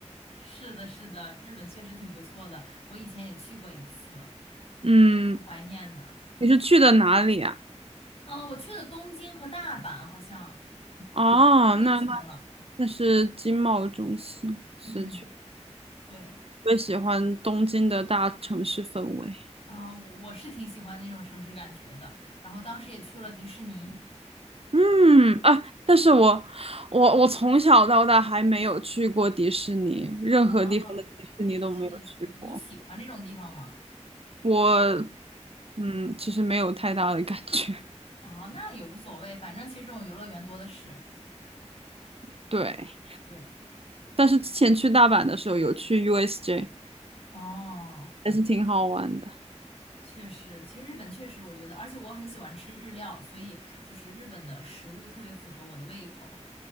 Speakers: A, on the left; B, on the right.
A: 是的，是的，日本确实挺不错的，我以前也去过一次，
B: 嗯，
A: 挺怀念的。
B: 你是去的哪里啊？
A: 嗯，我去的东京和大阪，好像
B: 哦，
A: 多年前了。
B: 那那那是经贸中心，
A: 嗯，
B: 是去。
A: 对，
B: 最喜欢东京的大城市氛围。
A: 啊，我我是挺喜欢那种城市感觉的，然后当时也去了迪士尼。
B: 嗯啊，但是我我我从小到大还没有去过迪士尼，任何地方的迪士尼都没有去过。
A: 啊，可以去一去，你喜欢这种地方吗？
B: 我嗯，其实没有太大的感觉。
A: 啊，那也无所谓，反正其实这种游乐园多的是。
B: <laughs> 对，
A: 对，
B: 但是之前去大阪的时候有去 USJ，
A: 哦，
B: 还是挺好玩的。
A: 确实，其实日本确实，我觉得，而且我很喜欢吃日料，所以就是日本的食物特别符合我的胃口。